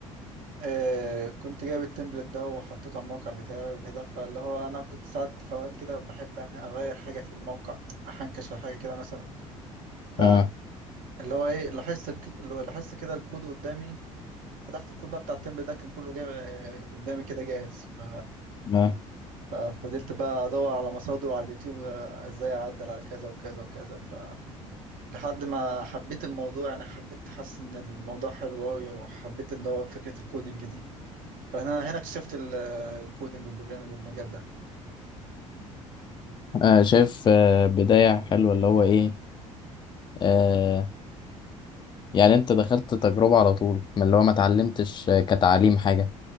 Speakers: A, on the right; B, on the left.
A: آه، كنت جايب التمبلت ده وحطيته على الموقع بتاعي وكده فاللي هو انا كنت ساعات في اوقات كده بحب يعني اغير حاجه في الموقع احنكش في حاجه كده مثلا ف
B: اه
A: اللي هو ايه لاحظت الك- اللي هو لاحظت كده الكود قدامي فتحت الكود بقى بتاع التمبل ده كان كله جاي قدامي كده جاهز ف...
B: اه
A: ففضلت بقى ادور على مصادر على اليوتيوب آه، ازاي اعدل على كذا وكذا وكذا ف لحد ما حبيت الموضوع يعني حبيت حاسس ان الموضوع حلو قوي وحبيت ان هو فكره الكودينج دي فانا هنا اكتشفت ال- الكودينج والبروجرامنج والمجال ده
B: آه، شايف آه، بداية حلوة اللي هو ايه آه، يعني انت دخلت تجربة على طول من اللي هو ما اتعلمتش كتعليم حاجة